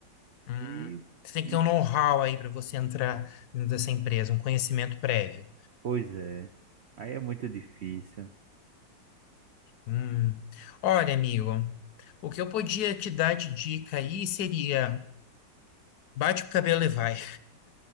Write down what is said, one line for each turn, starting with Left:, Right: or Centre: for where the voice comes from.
Left: Hum.
Right: E
Left: Você tem
Right: e
Left: que ter um know-how aí para você entrar dentro dessa empresa, um conhecimento prévio.
Right: Pois é, aí é muito difícil.
Left: Hum. Olha, amigo, o que eu podia te dar de dica aí seria bate o cabelo e vai.